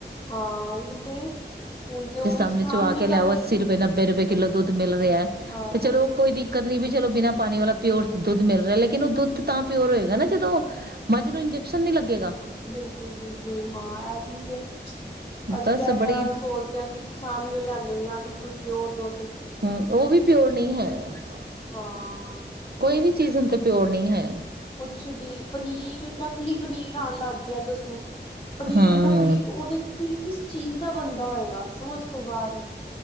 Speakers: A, on the left; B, on the right.
A: ਹਾਂ ਉਹੀ ਤੇ ਹੁਣ ਤੇ ਉਹ
B: ਜ ਸ
A: ਵੀ
B: ਸਮਮਣੇ
A: ਸਾਹਮਣੇ
B: ਚਚ ਆ ਕੇ
A: ਦਾ
B: ਲਿਆਓ
A: ਵੀ
B: ਅੱਸੀ ਨੱਬੇ ਰੁਪਏ ਦਾ ਕਿੱਲੋ ਦੁੱਧ ਮਿਲ ਰਿਹਾ
A: ਹਾਂ
B: ਤੇ ਚਲੋ ਕੋਈ ਕਰਨੀ ਵੀ ਚਲੋ ਬਿਨਾਂ ਪਾਣੀ ਵਾਲਾ ਪਿਓਰ ਦੁੱਧ ਮਿਲ ਰਿਹਾ ਲੇਕਿਨ ਉਹ ਦੁੱਧ ਤਾਂ ਪਿਓਰ ਹੋਏਗਾ ਨਾ ਜਦੋਂ ਮੱਝ ਨੂੰ ਇੰਜੈਕਸ਼ਨ ਨਹੀਂ ਲੱਗੇਗਾ
A: ਬਿਲਕੁਲ ਬਿਲਕੁਲ ਹਾਂ ਇਹ ਵੀ ਹੈ ਅਸੀਂ
B: ਬਸ
A: ਤਾਂ ਏਦਾਂ
B: ਬੜੀ
A: ਸੋਚਦੇ ਹਾਂ ਕਿ ਸਾਹਮਣੇ ਲਿਆਦੇ ਵੀ ਹਾਂ ਬਿਲਕੁਲ ਪਿਓਰ ਦੁਧ
B: ਹਮ ਉਹ ਵੀ ਪਿਓਰ ਨਹੀਂ ਹੈ
A: ਹਾਂ
B: ਕੋਈ ਵੀ ਚੀਜ਼ ਹ ਤੇ ਪਿਓਰ ਨਹੀਂ ਹੈ
A: ਕੁਛ ਵੀ ਪਨੀਰ ਨਕਲੀ ਪਨੀਰ ਬਣਾਉਣ ਲੱਗ ਗਿਆ ਦੱਸੋ ਪਨੀਰ
B: ਹੂੰ
A: ਨਕਲੀ ਉਹਦੇ ਕੀ ਕਿਸ ਚੀਜ਼ ਦਾ ਬੰਦਾ ਹੋਏਗਾ ਸਮਝ ਤੋਂ ਬਾਾਹਰ ਹੈ।